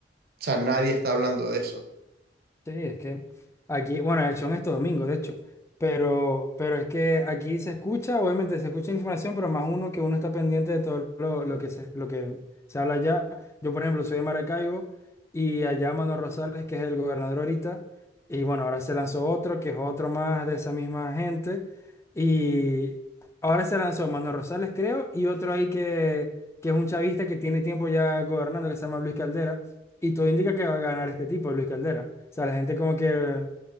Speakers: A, on the right; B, on the left.
A: o sea, nadie está hablando de eso.
B: Sí, es que aquí, bueno, eh, son estos domingos, de hecho, pero, pero es que aquí se escucha, obviamente se escucha información, pero más uno que uno está pendiente de todo lo, lo que se, lo que se habla allá. Yo, por ejemplo, soy de Maracaibo y allá Manuel Rosales, que es el gobernador ahorita, y bueno, ahora se lanzó otro, que es otro más de esa misma gente, y ahora se lanzó Manuel Rosales, creo, y otro ahí que, que es un chavista que tiene tiempo ya gobernando, que se llama Luis Caldera. Y todo indica que va a ganar este tipo, Luis Caldera. O sea, la gente como que eh,